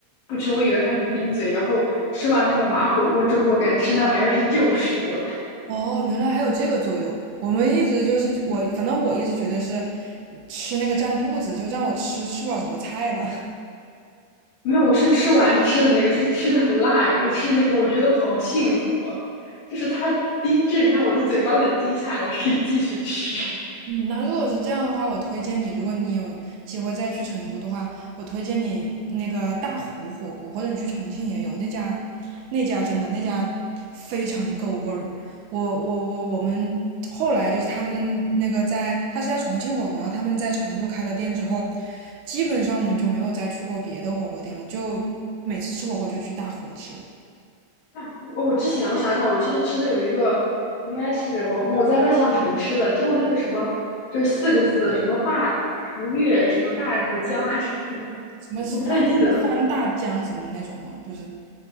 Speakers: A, on the left; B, on the right.
A: 不吃，我以为会很冰嘴，然后吃完那个麻火锅之后，我感觉吃那玩意儿是救赎啊。
B: 哦，原来还有这个作用。我们一直就是我，反正我一直觉得是吃那个占肚子，就让我吃吃不了什么菜了。
A: 没有，我是吃完吃的那个，是吃的很辣，然后吃那个，我觉得好幸福啊，就是它冰镇让我的嘴巴冷静下来，可以继续吃。
B: 那如果是这样的话，我推荐你，如果你有机会再去成都的话，我推荐你那个大湖火锅，或者你去重庆也有那家，那家真的那家非常够味儿。我我我我们后来就是他们那个在，他是在重庆火锅，然后他们在成都开了店之后，基本上我们就没有再去过别的火锅店了，就每次吃火锅就去大湖吃，
A: 啊，我我之前我想想，我之前吃的有一个，应该是网红，我在万象城吃的，叫那个什么，就是四个字，什么大什么月什么大什么江来着，<laughs>
B: 什么饭，
A: 我不太记得了，
B: 什么欢大江什么那种嘛，就是